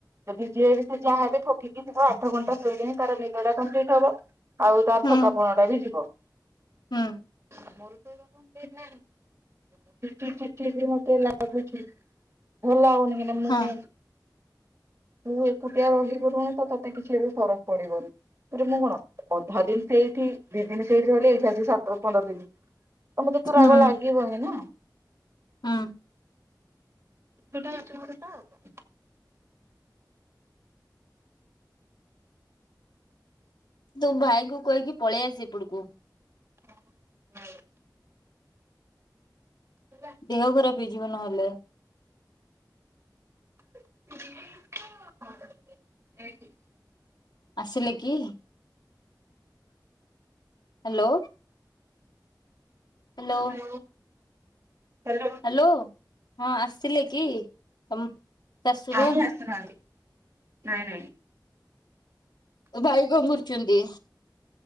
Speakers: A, on the right; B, on the left.
A: ଯଦି ଯିଏ ବି ସେ ଯାହାବ ଥକିକି ଥିବ ଆଠ ଘଣ୍ଟା ଦୁଇ ଦିନ ତାର ନିଦ ଟା କମ୍ପ୍ଲିଟ୍ ହବ। ଆଉ ତାର
B: ହୁଁ
A: ଥକାପଣ ଟା ବି ଯିବ।
B: ହୁଁ।
A: <unintelligible> <unintelligible> ମତେ ଲାଗୁଛି ଭଲ ଲାଗୁନି <unintelligible> ମୁଁ
B: ହଁ
A: ତୁ ଏକୁଟିଆ ରହିପାରୁୁନି ତ ତତେ କିଛି ଏବେ ଫରକ ପଡିବନି। ମୁଁ କଣ ଅଧା ଦିନ ସେଇଠି ଦି ଦିନ ସେଇଠି ହେଲେ ଏଇଠି ଆସିକି ପନ୍ଦର ଦିନ ତ ମତେ ଥର
B: ହୁଁ
A: ରାଗ ଲାଗିବ ହିଁ ନା।
B: ହୁଁ।
A: ସେଟା <unintelligible>
B: ତୁ ଭାଇ କ କହିକି ପଳେଇ ଆସ ଏପଟକୁ
A: ହଁ। <inaudible> ହ <inaudible>
B: ଦେହ ଖରାପ ହେଇଯିବ ନହେଲେ।
A: <inaudible>
B: ଆସିଲେ କି ହ୍ୟାଲୋ ହ୍ୟାଲୋ
A: ହ ହ୍ୟାଲୋ
B: ହ୍ୟାଲୋ ହଁ ଆସିଲେ କି ତମ ଶାଶୁବୋଉ
A: କାହିଁ ଆସିନାହାନ୍ତି
B: <inaudible>
A: ନାଇଁ ନାଇଁ
B: ଭାଇ ଗମୁର୍ଚୁନ୍ତି